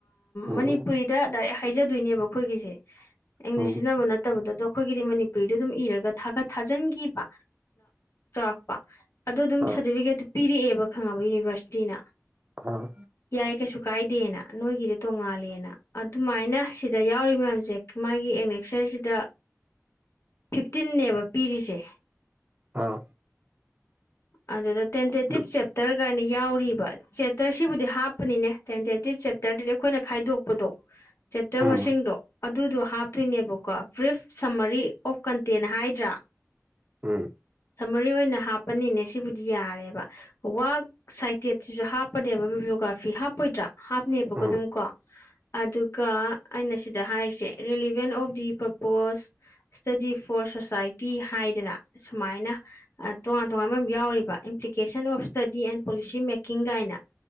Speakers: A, on the right (about 30°); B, on the left (about 55°).
A: ꯎꯝ
B: ꯃꯅꯤꯄꯨꯔꯤꯗ ꯗꯥꯏꯔꯦꯛ ꯍꯥꯏꯖꯗꯣꯏꯅꯦꯕ ꯑꯩꯈꯣꯏꯒꯤꯁꯦ ꯏꯪꯂꯤꯁꯁꯤꯅ
A: ꯎꯝ
B: ꯃꯅ ꯐꯠꯇꯕꯗꯗꯣ ꯑꯩꯈꯣꯏꯒꯤꯗꯤ ꯃꯅꯤꯄꯨꯔꯤꯗ ꯑꯗꯨꯝ ꯏꯔꯒꯥꯒꯠ ꯊꯥꯖꯤꯟꯈꯤꯕ ꯆꯥꯎꯔꯥꯛꯄ ꯑꯗꯨ ꯑꯗꯨꯝ
A: ꯑꯥ
B: ꯁꯔꯇꯤꯐꯤꯀꯦꯠ ꯄꯤꯔꯛꯑꯦꯕ ꯈꯪꯉꯕ ꯌꯨꯅꯤꯚꯔꯁꯤꯇꯤꯅ
A: ꯑꯥ
B: ꯌꯥꯏ ꯀꯩꯁꯨ ꯀꯥꯏꯗꯦꯅ ꯅꯣꯏꯒꯤꯗꯤ ꯇꯣꯡꯉꯥꯜꯂꯦꯅ ꯑꯗꯨꯃꯥꯏꯅ ꯁꯤꯗ ꯌꯥꯎꯔꯤ ꯃꯌꯥꯝꯁꯦ ꯃꯥꯒꯤ ꯑꯦꯛꯅꯦꯛꯁꯔꯁꯤꯗ ꯐꯤꯐꯇꯤꯟꯅꯦꯕ ꯄꯤꯔꯤꯁꯦ
A: ꯑꯥ
B: ꯑꯗꯨꯗ ꯇꯦꯟꯇꯦꯇꯤꯞ
A: ꯑꯗꯨ
B: ꯆꯦꯞꯇꯔꯒꯥꯏꯅ ꯌꯥꯎꯔꯤꯕ ꯆꯦꯞꯇꯔ ꯁꯤꯕꯨꯗꯤ ꯍꯥꯞꯄꯅꯤꯅꯦ ꯇꯦꯟꯇꯦꯇꯤꯞ ꯆꯦꯞꯇꯔꯗꯨꯗꯤ ꯑꯩꯈꯣꯏꯅ ꯈꯥꯏꯗꯣꯛꯄꯗꯣ ꯆꯦꯞꯇꯔ
A: ꯎꯝ
B: ꯃꯁꯤꯡꯗꯣ ꯑꯗꯨꯗꯣ ꯍꯥꯞꯇꯣꯏꯅꯦꯕꯀꯣ ꯕ꯭ꯔꯤꯐ ꯁꯝꯃꯔꯤ ꯑꯣꯐ ꯀꯟꯇꯦꯟ ꯍꯥꯏꯗ꯭ꯔꯥ
A: ꯎꯝ
B: ꯁꯝꯃꯔꯤ ꯑꯣꯏꯅ ꯍꯥꯞꯄꯅꯤꯅꯦ ꯁꯤꯕꯨꯗꯤ ꯌꯥꯔꯦꯕ ꯋꯛ ꯁꯥꯏꯇꯦꯠꯁꯤꯁꯨ ꯍꯥꯞꯄꯅꯦꯕ ꯚꯤꯕꯤꯣꯒ꯭ꯔꯥꯐꯤ ꯍꯥꯞꯄꯣꯏꯗ꯭ꯔꯥ ꯍꯥꯞꯅꯦꯕꯀꯣ
A: ꯎꯝ
B: ꯑꯗꯨꯝ ꯀꯣ ꯑꯗꯨꯒ ꯑꯩꯅ ꯁꯤꯗ ꯍꯥꯏꯔꯤꯁꯦ relevance of the purpose study for society ꯍꯥꯏꯗꯅ ꯁꯨꯃꯥꯏꯅ ꯇꯣꯉꯥꯟ ꯇꯣꯉꯥꯟꯕ ꯌꯥꯎꯔꯤꯕ implication of study in policy making ꯀꯥꯏꯅ